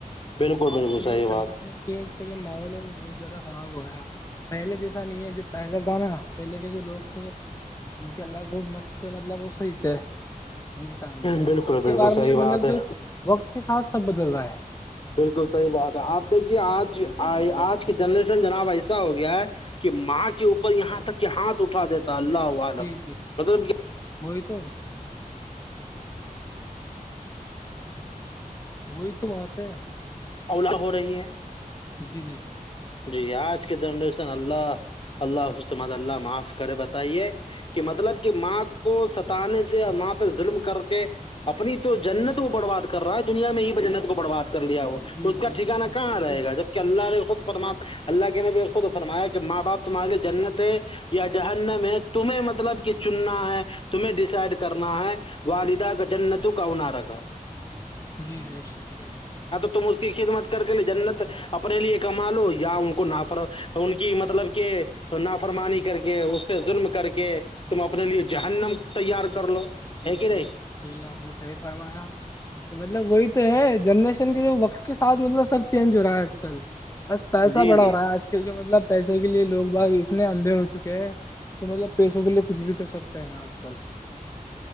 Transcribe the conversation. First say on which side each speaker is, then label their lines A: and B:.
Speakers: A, on the left (about 35°); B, on the left (about 20°).
A: بالکل
B: آج
A: بالکل
B: کل
A: صحیح بات
B: کیش کا جو ماحول ہے وہ بہت زیادہ خراب ہو گیا ہے پہلے جیسے ایسا نہیں ہے جو پہلے تھا نا پہلے کے جو لوگ تھے انشاء اللہ وہ مست مطلب وہ صحیح تھے میرے ٹائم میں جو
A: بالکل
B: اب
A: بالکل
B: کے بارے
A: صحیح
B: میں جو
A: بات
B: مطلب
A: ہے
B: جو وقت کے ساتھ سب بدل رہا ہے
A: بالکل صحیح بات ہے آپ دیکھیے آج آج کی جنریشن جناب ایسا ہو گیا ہے کہ ماں کے اوپر یہاں تک کہ ہاتھ اٹھا دیتا اللہ عالم
B: جی جی
A: مطلب کہ
B: وہی تو وہی تو بات ہے
A: اولا ہو رہی ہے
B: جی جی
A: جی آج کے جنریشن اللہ اللہ حسمت اللہ معاف کرے بتائیے کہ مطلب کہ ماں کو ستانے سے اور ماں پہ ظلم کر کے اپنی تو جنت کو برباد کر رہا ہے دنیا میں ہی جنت کو برباد کر لیا وہ
B: جی
A: اس کا
B: جی
A: ٹھانا
B: بے شک
A: کہاں
B: وہی
A: رہے
B: تو۔
A: گا جب کہ اللہ نے خود فرما اللہ کے نبی خود فرمایا کہ ماں باپ تمہارے لئے جنت ہے یا جہنم ہے تمہیں مطلب کہ چننا ہے تمہیں ڈیسائڈ کر کرنا ہے والدہ کا جننتو کا ہوناارکھا
B: جی بے شک صحیح فرمایا
A: اس کی خدمت کر کے لے جنت اپنے لیے ایک کما لو یا ان کو نہافرو ان کی مطلب کہ تو نافرمانی کر کے اس سے ظلم کر کے تم اپنے لیے جہنم تیار کر لو
B: جی
A: ہے کہ نہیں
B: جی الد للہ آپ نے صحیح فرمایا مطلب وہی تو ہے جنریشن کے جو وقت کے ساتھ مطلب سب چینج ہو رہا ہے آج کل بس پیسہ
A: جی
B: بڑا
A: جی
B: ہو رہا ہے آج کل کے مطلب پیسے کے لیے لوگ بار اتنے اندھے ہو چکے ہیں تو مطلب پیسوں کے لیے کچھ بھی کر سکتے ہیں آج کل